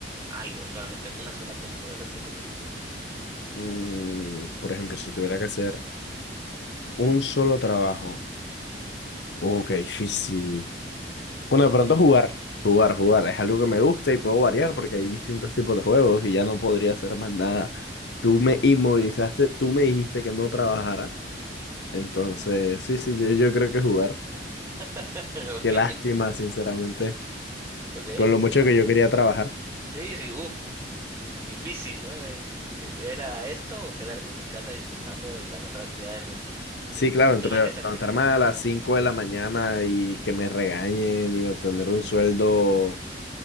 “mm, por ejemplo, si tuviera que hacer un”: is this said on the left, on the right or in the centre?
Left